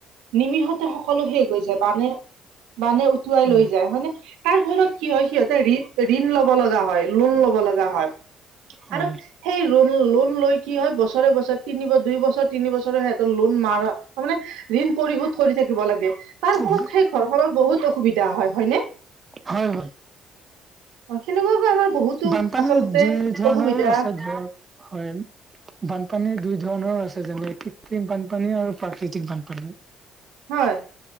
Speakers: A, on the right; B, on the right.
A: নিমিষতে সকলো শেষ হৈ যায় মানে বানে উটুৱাই
B: হয়
A: লৈ যায় হয়নে তাৰ ফলত কি হয় সিহঁত ঋণ ল'ব লগা হয় লোন ল'ব লগা হয়
B: হয়
A: আৰু সেই লোণ লোন লৈ কি হয় বছৰে বছৰে তিনি বা দুই বছৰ তিনি বছৰে সিহঁত লোন মাৰ তাৰমানে ঋণ পৰিশোধ কৰি থাকিব লাগে তাৰ
B: হয়
A: ফলত সেই ঘৰখনৰ বহুত অসুবিধা হয় হয়নে
B: হয় হয়
A: সেনেকুৱা আকৌ আমাৰ বহুতো
B: বানপানী
A: আচলতে
B: যি ধৰণৰো
A: অসুবিধা
B: আছে ধৰক হয় বানপানী দুই ধৰণৰ আছে যেনে কৃত্ৰিম বানপানী আৰু প্ৰাকৃতিক বানপানী
A: হয়